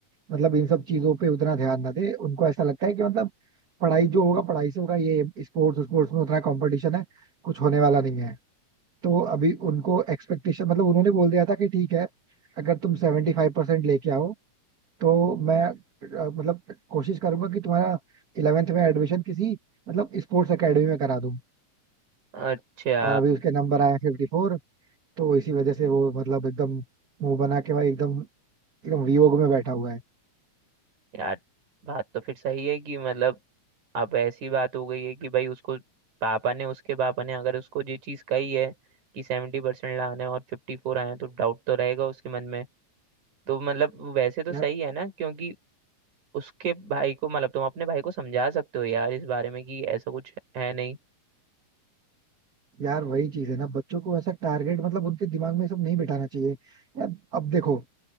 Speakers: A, on the right (about 35°); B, on the right (about 85°).
A: मतलब इन सब चीजों पे उतना ध्यान ना दे उनको ऐसा लगता है कि मतलब पढ़ाई जो होगा पढ़ाई से होगा ये स्पोर्ट्स स्पोर्ट्स में उतना कंपटीशन है कुछ होने वाला नहीं है तो अभी उनको एक्सपेक्टेशन मतलब उन्होंने बोल दिया था कि ठीक है अगर तुम सेवेंटी फाइव परसेंट लेके आओ तो मैं अ, मतलब कोशिश करूंगा कि तुम्हारा इलेवेंथ में एडमिशन किसी मतलब स्पोर्ट्स एकेडमी में करा दूं
B: अच्छा
A: और अभी उसके नंबर आए फिफ्टी फोर तो इसी वजह से वो मतलब एकदम मुंह बना के भाई एकदम एकदम वियोग में बैठा हुआ है
B: यार बात तो फिर सही है कि मतलब अब ऐसी बात हो गई है कि भाई उसको पापा ने उसके पापा ने अगर उसको ये चीज कही है कि सेवेंटी परसेंट लाना है और फिफ्टी फोर आए हैं तो डाउट तो रहेगा उसके मन में तो मतलब वैसे तो सही
A: यार
B: है ना क्योंकि उसके भाई को मतलब तुम अपने भाई को समझा सकते हो यार इस बारे में कि ऐसा कुछ है नहीं
A: यार वही चीज है ना बच्चों को ऐसा टारगेट मतलब उनके दिमाग में ये सब नहीं बिठाना चाहिए यार अब देखो